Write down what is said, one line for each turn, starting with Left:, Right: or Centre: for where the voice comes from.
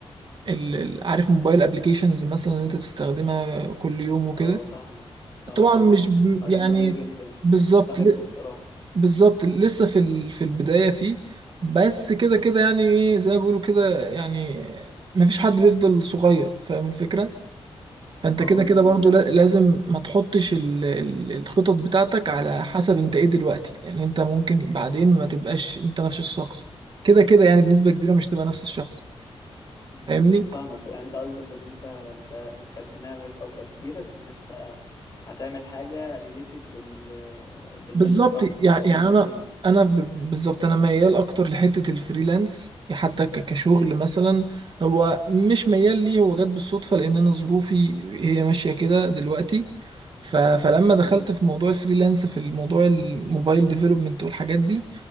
Right: ال ال- عارف موبايل ابلكيشنز مثلا اللي انت بتستخدمها كل يوم وكده
Left: اه فاهمك اه
Right: طبعا
Left: اه
Right: مش ب-
Left: مجال
Right: يعني
Left: جميل جدا
Right: بالظبط
Left: بحبه
Right: ل-
Left: بصراحه
Right: بالظبط لسه في ال- في البداية فيه بس كده كده يعني ايه زي ما بيقولوا كده يعني مفيش حد بيفضل صغير فاهم الفكرة فانت
Left: اه
Right: كده
Left: بالظبط
Right: كده برضو
Left: يعني.
Right: لا- لازم ما تحطش ال- ال- الخطط بتاعتك على حسب انت ايه دلوقتي لان انت ممكن بعدين ما تبقاش انت نفس الشخص كده كده يعني بنسبة كبيرة مش تبقى نفس الشخص
Left: م-
Right: فاهمني
Left: م، فاهمك يعني انت قصدك ان انت ك... كدماغك او تفكيرك ان انت هتعمل حاجه ريليتد بال... باللي
Right: بالظبط
Left: انت فاهمه
Right: يع-
Left: او اللي
Right: يعني
Left: انت
Right: انا
Left: فيه
Right: انا ب- بالظبط انا ميال اكتر لحته الفريلانس حتى ك- كشغل مثلا هو مش ميال ليه هو جت بالصدفه لان انا ظروفي هي ماشيه كده دلوقتي ف... فلما دخلت
Left: م-
Right: في موضوع الفريلانس في الموضوع الموبايل ديفلوبمنت والحاجات دي